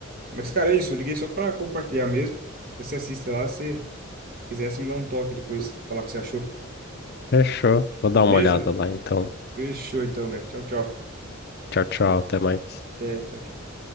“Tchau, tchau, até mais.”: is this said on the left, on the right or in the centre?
Left